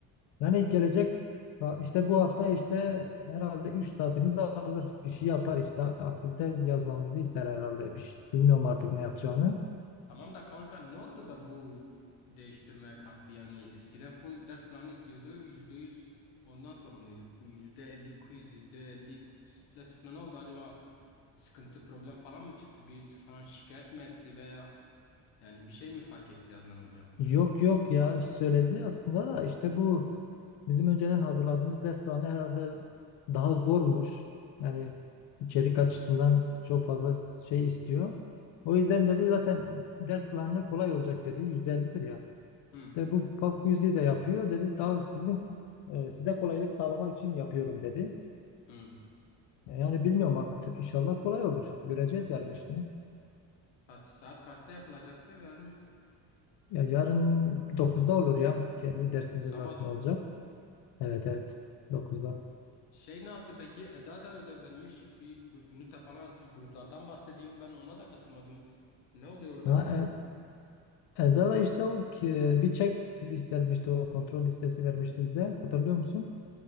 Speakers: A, on the left; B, on the left.
A: Yani gelecek ha, işte bu hafta işte herhalde 3 saatimizi alır. Bir şey yapar işte aktivite yazmamızı ister herhalde. Bir şey, bilmiyorum artık ne yapacağını.
B: Tamam da kanka ne oldu da bu değiştirmeye kalktı yani eskiden full ders planı istiyordu %100 ondan sorumluyduk. Bu %50 quiz %50 ders planı oldu acaba sıkıntı problem falan mı çıktı birisi falan şikayet mi etti veya yani bir şey mi fark etti Adnan hocam?
A: Yok yok ya söyledi aslında da işte bu bizim önceden hazırladığımız ders planı herhalde daha zormuş. Yani içerik açısından çok fazla şey istiyor. O yüzden dedi zaten ders planı kolay olacak dedi. 150'dir ya.
B: Hı,
A: İşte bu pop quiz'i de yapıyor dedi. Daha sizin e, size kolaylık sağlamak için yapıyorum dedi.
B: hı.
A: E, Yani bilmiyorum artık inşallah kolay olur. Göreceğiz yarın işte.
B: Saat, saat kaçta yapılacaktı yarın?
A: Ya yarın dokuzda olur ya. Kendi dersinde
B: Sabah
A: zaten
B: dokuz
A: olacak. Evet evet dokuzda.
B: Şey ne yaptı peki? Eda da ödev vermiş. Bir, bir ünite falan atmış. Gruplardan bahsediyor. Ben ona da katılmadım. Ne oluyor orada?
A: Ha, E- Eda'da işte o ki- bir checklist vermişti o kontrol listesi vermişti bize hatırlıyor musun?